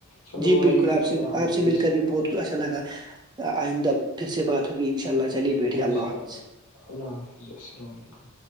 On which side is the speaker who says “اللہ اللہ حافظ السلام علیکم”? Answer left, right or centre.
Left